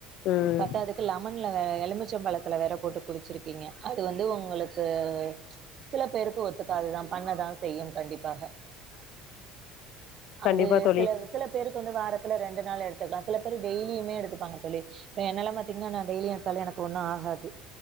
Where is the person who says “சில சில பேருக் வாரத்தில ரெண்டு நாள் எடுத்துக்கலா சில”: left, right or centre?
Right